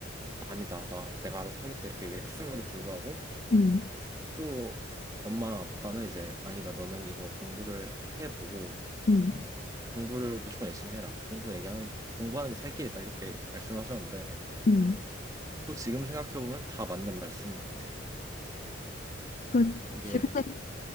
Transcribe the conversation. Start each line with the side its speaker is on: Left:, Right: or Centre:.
Right: 아니다 나 내가 알아서 하겠다 이렇게 얘기를 했음에도 불구하고
Left: 음,
Right: 또 엄마랑 아빠는 이제 아니다 너는 이거 공부를 해보고
Left: 음,
Right: 공부를 무조건 열심히 해라 공부 얘기하는 공부하는 게 살 길이다 이렇게 말씀하셨는데
Left: 음.
Right: 또 지금 생각해 보면 다 맞는 말씀 같아.
Left: 그치.
Right: 이게
Left: 근데,